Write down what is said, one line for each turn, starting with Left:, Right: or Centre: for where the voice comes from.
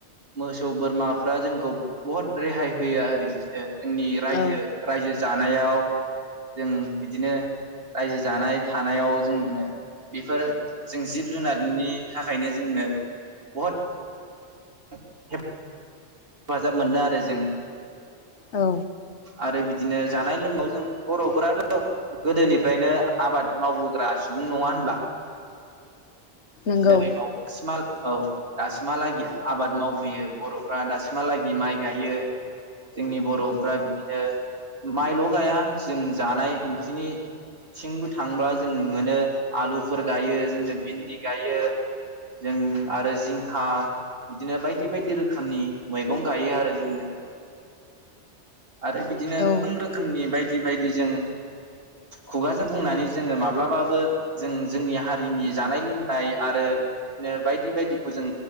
Right: मोसौ बोरमाफ्रा जोंखौ बहुद रेहाय होयो आरो बिदिनो जोंनि रायजो
Left: औ
Right: रायजो जानायाव जों बिदिनो रायजो जानाय थानायाव जोङो बेफोर जों जिब जुनारनि थाखायनो जोंनो बहुद <unintelligible> हेफाजाब मोनदो आरो जों।
Left: औ
Right: आरो बिदिनो जानाय लोंनायाव जों बर'फोराथ' गोदोनिफ्रायनो आबाद मावबोग्रा सुबुं नङा होनब्ला?
Left: नंगौ
Right: <unintelligible> औ दासिमहालागि आबाद मावबोयो बर'फ्रा दासिम सिमहालागि माइ गायो जोंनि बर'फ्रा बिदिनो माइल' गाया जों जानाय ओंख्रिनि थिंबो थांबा जों मोनो आलुफोर गायो जोंनो भिन्दि गायो जों आरो जिंखा बिदिनो बायदि बायदि रोखोमनि मैगं गायो आरो जोङो आरो बिदिनो
Left: औ
Right: गोबां रोखोमनि बायदि बाय जदि जों खुगाजों बुंनानै जोङो माब्लाबाबो जों जोंनि हारिनि जानाय लोंनाय आरो बिदिनो बायदि बायदिखौ जों